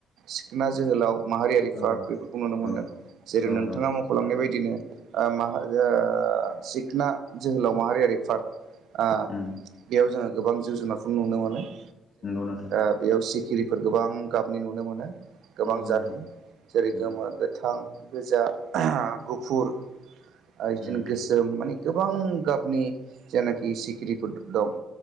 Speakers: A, on the right (about 75°); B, on the left (about 55°).
A: सिखोना जोहोलाव माहारियारि
B: औ
A: पार्क बेफोरखौ नुनो मोन्दों
B: औ
A: जेरै
B: औ
A: नोंथाङा
B: नंगौ
A: मख'लांनाय बायदिनो ओ माहा ओ सिखना जोहोलाव माहारियारि फोर ओ
B: उम
A: बेयाव जोङो गोबां जिब जुनारफोर नुनो मोनो ।
B: नंगौ नोंथां ।
A: ओ बेयाव सिखिरिफोर गोबां गाबनि नुनो मोनो गोबां
B: नंगौ
A: जातनि
B: नोंथां
A: जेरै
B: उम
A: गोमो, गोथां गोजा, गुफुर बिदिनो
B: उम
A: गोसोम माने गोबां गाबनि जेनाखि सिखिरिफोर दं